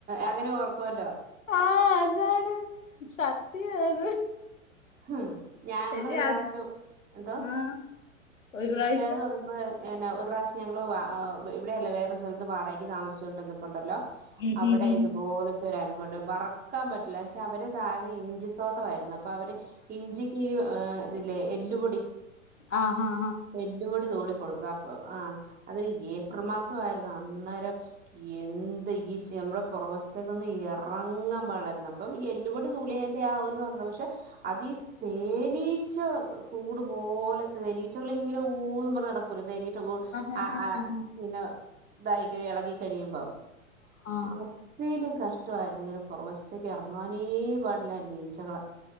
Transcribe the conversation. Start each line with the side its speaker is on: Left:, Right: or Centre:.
Right: അങ്ങനെ ഓർക്കുവല്ലോ.
Left: ആഹ് അ ത് സത്യാ അത്.
Right: ഉം. ഞാങ്ങളൊരു
Left: പക്ഷെ
Right: പ്രാവശ്യം
Left: അത്
Right: എന്തോ
Left: ആഹ്. ഒരു
Right: ഈച്ചാന്ന്
Left: പ്രാവശ്യം
Right: പറ <unintelligible> എന്നാ ഒരു പ്രാവശ്യം ഞങ്ങൾ വാ ഇവിടെയല്ലാ വേറൊരു സ്ഥലത്ത് വാടകയ്ക്ക് താമസിച്ചോണ്ടിരുന്നപ്പോ ഉണ്ടല്ലോ.
Left: ഉം
Right: അവിടെ
Left: ഹ് ഹ് ഹ്
Right: ഇതുപോലത്തെ ഒരു അനുഭവം ഉണ്ട്. മറക്കാൻ പ ഇല്ലച്ച അവര് താഴെ ഇഞ്ചിത്തോട്ടവായിരുന്നു അപ്പൊ അവര് ഇഞ്ചിക്ക് ഏ. ഇതില്ലേ എല്ലുപൊടി.
Left: ആഹ് ആഹ് ആഹ്
Right: എല്ല്പൊടി തൂളി കൊടുക്ക അപ്പൊ ആഹ് അതിന് യേ പ്രിൽ മാസം ആയിരുന്നു അന്നരം. എന്ത് ഈച്ച് നമ്മുടെ കൊറവ് വശത്തേക്ക് ഒന്ന് ഇറങ്ങാൻ പാടില്ലായിരുന്നു.. ഇപ്പം എല്ലുപൊടി തൂളിയേന്റെ ആ ഒരു ഇതാ <unintelligible> പക്ഷെ അതീ തേനീ ച്ച കൂടു പോലത്തത് തേനീച്ചകളിങ്ങനെ ഊന്നും പറന്ന് നടക്കൂല തേനീ റ്റു കൂട്
Left: ആഹ് ആഹ്
Right: അ ആ
Left: ആഹ്
Right: ഇങ്ങന്നെ. ഇതായി കഴി എളകി കഴിയുമ്പം
Left: ആഹ്
Right: അതിലും കഷ്ടവായിരുന്നു ഇങ്ങനെ പുറക് വശ ത്തെക്ക് ഇറങ്ങാനേ പാടില്ലായിരുന്നു ഈച്ചകള്